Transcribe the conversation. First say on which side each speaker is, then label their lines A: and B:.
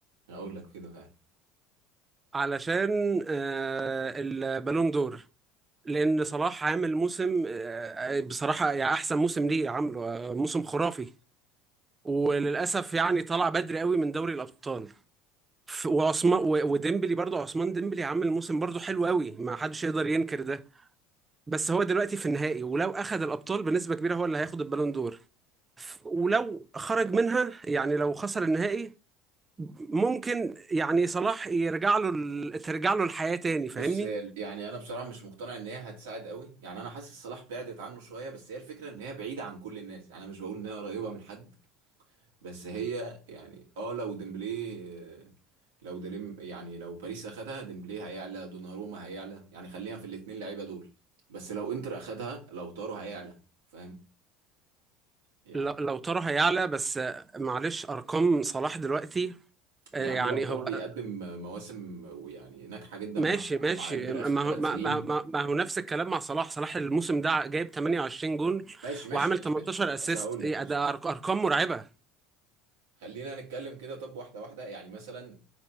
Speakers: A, on the right; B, on the right.
A: هقول لك كده فعلا
B: علشان آه، البالون دور لان صلاح عامل موسم آه، بصراحه يعني احسن موسم ليه عامله آه، موسم خرافي وللاسف يعني طلع بدري قوي من دوري الابطال ف- وعثمان و- وديمبلي برضو عثمان ديمبلي عامل موسم برضو حلو قوي ما حدش يقدر ينكر ده بس هو دلوقتي في النهائي ولو اخذ الابطال بنسبه كبيره هو اللي هياخد البالون دور ف- ولو خرج منها يعني لو خسر النهائي ممكن يعني صلاح يرجع له ال- ترجع له الحياه تاني فاهمني
A: بص هي ال- يعني انا بصراحه مش مقتنع ان هي هتساعد قوي يعني انا حاسس صلاح بعدت عنه شويه بس هي الفكره ان هي بعيده عن كل الناس يعني انا مش بقول ان هي قريبه من حد بس هي يعني اه لو ديمبلي آه، لو ديلم يعني لو باريس اخدها ديمبلي هيعلى دوناروما هيعلى يعني خلينا في الاتنين لعيبه دول بس لو انتر اخدها لو تارو هيعلى فاهم يعني
B: لو لو ترى هيعلى بس آه، معلش ارقام صلاح دلوقتي آه،
A: يا عم
B: يعني
A: لو تارو
B: هو
A: بيقدم مواسم ويعني ناجحه جدا
B: ماشي
A: مع
B: ماشي
A: مع انتر
B: ما
A: اخر ثلاث
B: هو ما
A: سنين
B: ما ما ما هو نفس الكلام مع صلاح صلاح الموسم ده جايب 28 جون
A: ماشي ماشي
B: وعامل
A: ماشي
B: 18
A: ماشي
B: اسيست
A: بس هقول
B: إيه،
A: لك بص
B: ده
A: بص
B: أرق- ارقام مرعبة
A: خلينا نتكلم كده طب واحده واحده يعني مثلا